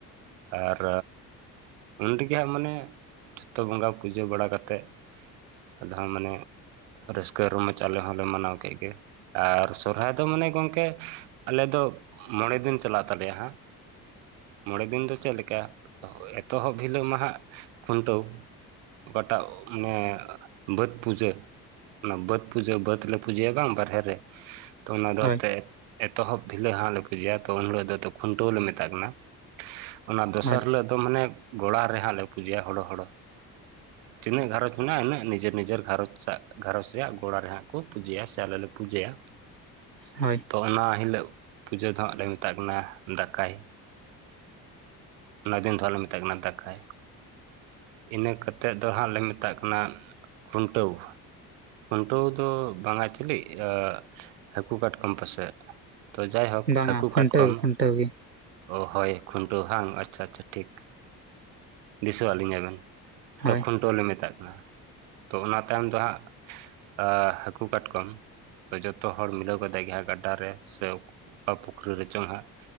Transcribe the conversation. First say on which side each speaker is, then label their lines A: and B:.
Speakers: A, on the right (about 60°); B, on the right (about 85°).
A: ᱟᱨ ᱩᱱ ᱨᱮᱜᱮ ᱦᱟᱸᱜ ᱢᱟᱱᱮ ᱡᱷᱚᱛᱚ ᱵᱚᱸᱜᱟ ᱯᱩᱡᱟᱹ ᱵᱟᱲᱟ ᱠᱟᱛᱮᱫ, ᱟᱫᱚ ᱦᱟᱸᱜ ᱢᱟᱱᱮ ᱨᱟᱹᱥᱠᱟᱹ ᱨᱚᱢᱚᱡᱽ ᱟᱞᱮ ᱦᱚᱸᱞᱮ ᱢᱟᱱᱟᱣ ᱠᱮᱫ ᱜᱮ᱾ ᱟᱨ ᱥᱚᱨᱦᱟᱭ ᱫᱚ ᱢᱟᱱᱮ ᱜᱚᱝᱠᱮ ᱟᱞᱮ ᱫᱚ ᱢᱚᱬᱮ ᱫᱤᱱ ᱪᱟᱞᱟᱜ ᱛᱟᱞᱮᱭᱟ ᱦᱟᱸᱜ᱾ ᱢᱚᱬᱮ ᱫᱤᱱ ᱫᱚ ᱪᱮᱫ ᱞᱮᱠᱟ? ᱮᱛᱚᱦᱚᱵ ᱦᱤᱞᱳᱜ ᱢᱟ ᱦᱟᱸᱜ ᱠᱷᱩᱱᱴᱟᱹᱣ, ᱵᱟᱴᱟᱣ ᱢᱟᱱᱮ ᱵᱟᱹᱫᱽ ᱯᱩᱡᱟᱹ? ᱚᱱᱟ ᱵᱟᱹᱫᱽ ᱯᱩᱡᱟᱹ ᱵᱟᱹᱫᱽ ᱞᱮ ᱯᱩᱡᱟᱹᱭᱟ ᱵᱟᱝ ᱵᱟᱨᱦᱮ ᱨᱮ ᱛᱚ ᱚᱱᱟ ᱫᱚ
B: ᱦᱳᱭ
A: ᱚᱛᱮ ᱮᱛᱚᱦᱚᱵ ᱵᱷᱤᱞᱟᱹ ᱦᱟᱸᱜ ᱦᱟᱸᱜ ᱞᱮ ᱯᱩᱡᱟᱹᱭᱟ᱾ ᱛᱚ ᱩᱱ ᱦᱤᱲᱚᱜ ᱫᱚ ᱛᱚ ᱠᱷᱩᱱᱴᱟᱹᱣᱞ ᱞᱮ ᱢᱮᱛᱟᱜ ᱠᱟᱱᱟ᱾ ᱚᱱᱟ ᱫᱚᱥᱟᱨ
B: ᱦᱳᱭ
A: ᱦᱤᱞᱳᱜ ᱫᱚ ᱢᱟᱱᱮ ᱜᱚᱲᱟ ᱨᱮ ᱦᱟᱸᱜ ᱞᱮ ᱯᱩᱡᱟᱹᱭᱟ ᱦᱳᱲᱳ ᱦᱳᱲᱳ᱾ ᱛᱤᱱᱟᱹᱜ ᱜᱷᱟᱨᱚᱸᱡᱽ ᱢᱮᱱᱟᱜᱼᱟ ᱤᱱᱟᱹᱜ ᱱᱤᱡᱮᱨ ᱱᱤᱡᱮᱨ ᱜᱷᱟᱨᱚᱸᱡᱽ ᱥᱟᱜ ᱜᱷᱟᱨᱨᱚᱸᱡᱽ ᱨᱮᱭᱟᱜ ᱜᱚᱲᱟ ᱨᱮ ᱦᱟᱸᱜ ᱠᱚ ᱯᱩᱡᱟᱹᱭᱟ ᱥᱮ ᱟᱞᱮ ᱞᱮ ᱯᱩᱡᱟᱹᱭᱟ᱾
B: ᱦᱳᱭ
A: ᱛᱚ ᱚᱱᱟ ᱦᱤᱞᱟᱹᱜ ᱯᱩᱡᱟᱹ ᱫᱚ ᱦᱟᱸᱜ ᱞᱮ ᱢᱮᱛᱟᱜ ᱠᱟᱱᱟ ᱫᱟᱠᱟᱭ᱾ ᱚᱱᱟ ᱫᱤᱱ ᱫᱚ ᱦᱟᱸᱜ ᱞᱮ ᱢᱮ ᱢᱮᱛᱟᱜ ᱠᱟᱱᱟ ᱫᱟᱠᱟᱭ᱾ ᱤᱱᱟᱹ ᱠᱟᱛᱮᱫ ᱫᱚ ᱦᱟᱸᱜ ᱞᱮ ᱢᱮᱛᱟᱜ ᱠᱟᱱᱟ ᱠᱷᱩᱱᱴᱟᱹᱣ᱾ ᱠᱷᱩᱱᱴᱟᱹᱣ ᱫᱚ ᱵᱟᱝᱟ ᱟᱹ ᱪᱮᱞᱮᱫ ᱦᱟᱹᱠᱩ ᱠᱟᱴᱠᱚᱢ ᱯᱟᱥᱮᱜ᱾ ᱛᱚ ᱡᱟᱦᱟᱸᱭ ᱦᱟᱹᱠ
B: ᱵᱟᱝᱟ
A: ᱦᱟᱹᱠᱩ
B: ᱠᱷᱩᱱᱴᱟᱹᱣ
A: ᱠᱟᱴᱠᱚᱢ
B: ᱜᱮ ᱠᱷᱩᱱᱴᱟᱹᱣ ᱜᱮ
A: ᱚ ᱦᱳᱭ ᱠᱷᱩᱱᱴᱟᱹᱣ ᱦᱟᱝ ᱟᱪᱪᱷᱟ ᱟᱪᱪᱷᱟ ᱴᱷᱤᱠ ᱫᱤᱥᱟᱹ ᱟᱫ-ᱞᱤᱝᱟ ᱵᱤᱱ᱾ ᱛᱚ
B: ᱦᱳᱭ
A: ᱠᱷᱩᱱᱴᱟᱹᱣ ᱞᱮ ᱢᱮᱛᱟᱜ ᱠᱟᱱᱟ᱾ ᱛᱚ ᱚᱱᱟ ᱛᱟᱭᱚᱢ ᱫᱚ ᱦᱟᱸᱜ᱾ ᱟᱻ ᱦᱟᱹᱠᱩ ᱠᱟᱴᱠᱚᱢ᱾ ᱛᱚ ᱡᱚᱛᱚ ᱦᱚᱲ ᱢᱤᱞᱟᱹᱣ ᱠᱟᱛᱮ ᱜᱮ ᱦᱟᱸᱜ ᱜᱟᱰᱰᱷᱟ ᱨᱮ ᱥᱮ ᱚᱠ ᱚᱠᱟ ᱯᱩᱠᱷᱨᱤ ᱨᱮᱪᱚᱝ ᱦᱟᱸᱜ